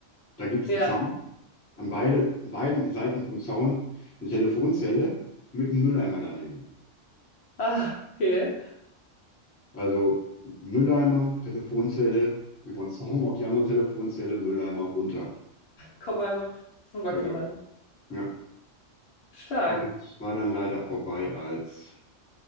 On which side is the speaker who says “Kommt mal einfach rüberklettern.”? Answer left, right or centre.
Left